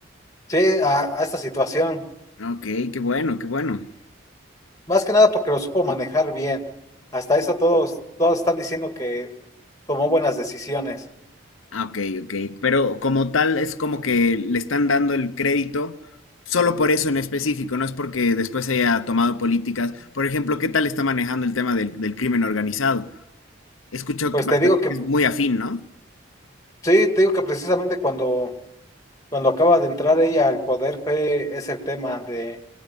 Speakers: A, on the left; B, on the left.
A: Sí, a, a esta situación.
B: Ok, qué bueno, qué bueno.
A: Más que nada porque lo supo manejar bien. Hasta eso todos, todos están diciendo que tomó buenas decisiones.
B: Ah, ok, ok. Pero como tal es como que le están dando el crédito solo por eso en específico, no es porque después haya tomado políticas. Por ejemplo, ¿qué tal está manejando el tema del, del crimen organizado? Escucho
A: Pues
B: que bastante
A: te digo que,
B: que es muy afín, ¿no?
A: sí, te digo que precisamente cuando, cuando acaba de entrar ella al poder fue ese el tema de